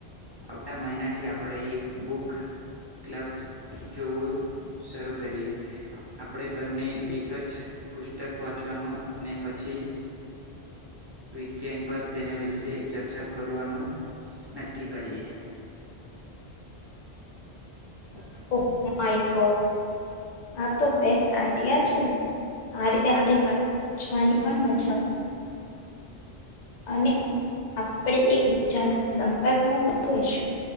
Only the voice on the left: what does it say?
ઓહ માય ગોડ, આ તો બેસ્ટ આઈડિયા છે. આ રીતે આપડે વાચવાની પણ મજા આવશે. અને આપણે એકબીજાના સંપર્કમાં રહીશું